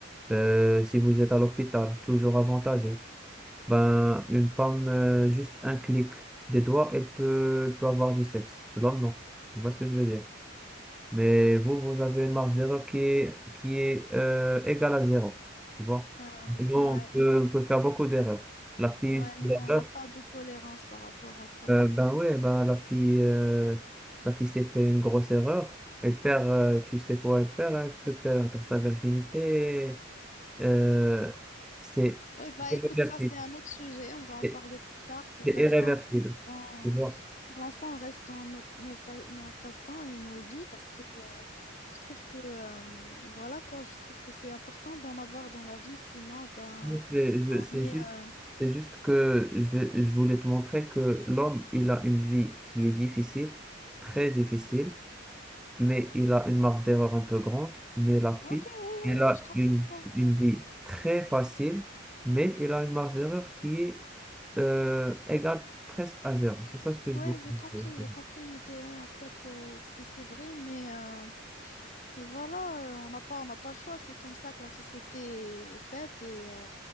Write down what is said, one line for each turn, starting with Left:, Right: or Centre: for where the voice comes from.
Centre: Euh, si vous êtes à l'hôpital, toujours avantagé. Ben, une femme, euh, juste un clic des doigts, elle peut, elle peut avoir du sexe. L'homme, non. Tu vois ce que je veux dire? Mais vous, vous avez une marge d'erreur qui est, qui est euh, égale à zéro. Tu vois?
Left: Ah,
Centre: Nous,
Left: ouais.
Centre: on peut, on peut faire beaucoup d'erreurs. La fille,
Left: Ouais,
Centre: une seule
Left: nous, on
Centre: erreur.
Left: n'a pas de tolérance par rapport à ça,
Centre: euh,
Left: c'est
Centre: ben
Left: vrai.
Centre: ouais, ben la fille, euh, la fille s'est fait une grosse erreur. Elle perd, euh, tu sais quoi, elle perd, hein, elle peut perdre sa virginité. Euh, c'est
Left: Oui,
Centre: c'est
Left: bah
Centre: irréversible.
Left: écoute, ça, c'est un autre sujet. On va en
Centre: C'est
Left: parler plus tard. Pour
Centre: c'est
Left: l'instant,
Centre: irréversible.
Left: on dans...
Centre: Tu vois?
Left: pour l'instant, on reste dans nos, nos, pa- nos passe-temps et nos vies parce que euh, je trouve que, euh, voilà quoi, je trouve que c'est important d'en avoir dans la vie. Sinon, ben,
Centre: Donc, je- je-
Left: on
Centre: C'est
Left: est.
Centre: juste,
Left: euh,
Centre: c'est juste que je vais- je voulais te montrer que l'homme, il a une vie qui est difficile, très difficile, mais il a une marge d'erreur un peu grande. Mais la fille,
Left: Ok, oui, oui,
Centre: elle a
Left: oui, je comprends
Centre: une,
Left: ça.
Centre: une vie très facile, mais elle a une marge d'erreur qui est euh, égale presque à zéro. C'est ça ce que
Left: Oui,
Centre: je vous conseille.
Left: j'ai compris, j'ai compris l'idée. Oui, en fait, euh, c'est c'est vrai, mais. euh, Mais voilà, euh, on n'a pas, on n'a pas le choix. C'est comme ça que la société est faite et euh,